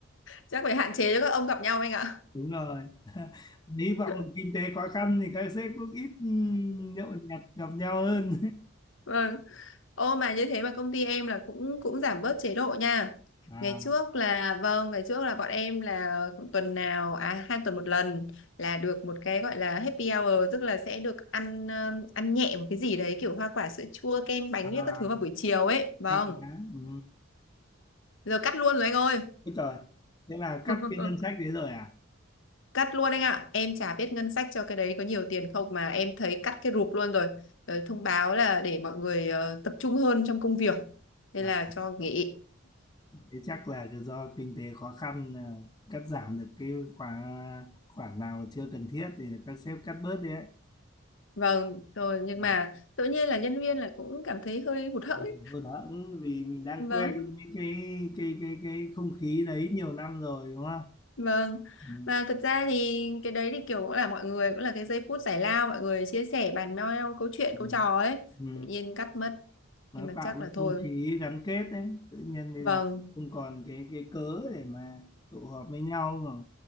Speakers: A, on the left; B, on the left.
A: chắc phải hạn chế cho các ông gặp nhau anh ạ
B: đúng rồi <laughs> hy vọng
A: <laughs>
B: kinh tế khó khăn thì các sếp cũng ít ừm, nhậu nhẹt gặp nhau hơn
A: vâng Ô mà như thế mà công ty em là cũng cũng giảm bớt chế độ nha.
B: <laughs> à,
A: Ngày trước là vâng, ngày trước là bọn em là tuần nào à hai tuần một lần là được một cái gọi là happy hour tức là sẽ được ăn um, ăn nhẹ một cái gì đấy kiểu hoa quả sữa chua kem bánh
B: à
A: với các thứ vào buổi chiều ấy. Vâng.
B: hay quá ừ.
A: Giờ cắt luôn rồi anh ơi.
B: Úi trời thế là cắt
A: <laughs>
B: cái ngân sách đấy rồi à
A: Cắt luôn anh ạ. Em chả biết ngân sách cho cái đấy có nhiều tiền không mà em thấy cắt cái rụp luôn rồi. Ờ, thông báo là để mọi người ờ, tập trung hơn trong công việc. Nên
B: À,
A: là cho nghỉ.
B: thế chắc là do kinh tế khó khăn à, cắt giảm được cái khoản khoản nào chưa cần thiết thì các sếp cắt bớt đi ấy.
A: Vâng, rồi nhưng
B: Ừ.
A: mà tự nhiên là nhân viên là cũng cảm thấy hơi hụt hẫng
B: À,
A: ấy.
B: Thôi đó ừ, vì mình đang
A: Vâng,
B: quen với cái cái cái cái không khí đấy nhiều năm rồi đúng không?
A: vâng.
B: Ừ.
A: Mà thật ra thì cái đấy thì kiểu cũng là mọi người cũng là cái giây phút giải lao mọi người chia sẻ bàn nhau nhau câu chuyện
B: Ừ.
A: câu trò ấy.
B: Ừ.
A: Tự nhiên cắt mất.
B: nó
A: Nhưng mà
B: tạo
A: chắc
B: cái
A: là thôi.
B: không khí gắn kết đấy tự nhiên bây
A: Vâng.
B: giờ không còn cái cái cớ để mà tụ họp với nhau khoảng